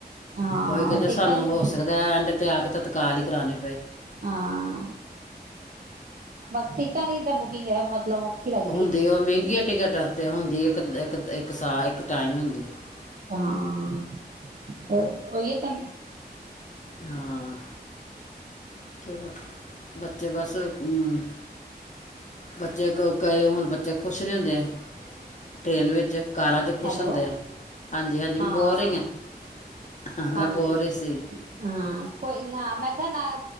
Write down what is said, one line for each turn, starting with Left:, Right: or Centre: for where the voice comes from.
Right: ਹਾਂ
Left: ਉਹੀ ਕਹਿੰਦੇ
Right: ਟਿਕਟਾਂ
Left: ਸਾਨੂੰ
Right: ਦੀ
Left: ਹੋ ਸਕਦਾ ਐਂਡ ਤੇ ਆ ਕੇ ਤਤਕਾਲ ਹੀ ਕਰਾਉਣੀ
Right: ਹਾਂ, ਬਸ ਟਿਕਟਾਂ ਦੀ ਤੇ ਬੂਕਿੰਗ ਹੈ। ਮਤਲਵ ਔਖੀ ਗਲ
Left: ਹੋਂਦੀ, ਓ ਮ੍ਹੈਂਗੀ ਆ ਟਿਕਟ। ਤੇ ਹੋਂਦੀ ਏਕ, ਤ ਏਕ, ਏ ਏਕ ਸਾਲ਼ ਏਕ ਟਾਇਮ <unintelligible>
Right: ਹਾਂ ਤ ਉਹੀਏ ਤਾਂ
Left: ਹਾਂ ਚਲੋ। ਬੱਚੇ ਬਸ ਬੱਚੇ ਊ ਬੱਚੇ ਕਈ ਹੁਣ, ਬੱਚੇ ਖੁਸ਼ ਨਹੀਂ ਹੁੰਦੇ। ਟ੍ਰੇਨ ਵਿੱਚ ਕਾਰਾਂ ਚ ਖੁਸ਼
Right: ਹੈਲੋ
Left: ਹੁੰਦੇ ਆ ਹਾਂਜੀ, ਹਾਂਜੀ
Right: ਹਾਂ
Left: ਮੈਂ ਬੋਲ ਰਹੀ ਹਾਂ ਮੈਂ
Right: ਹਾਂਜੀ
Left: ਬੋਲ ਰਹੀ ਸੀ।
Right: ਹਾਂ ਕੋਈ ਨਾ, ਮੈਂ ਕਿਹਾ ਨਾ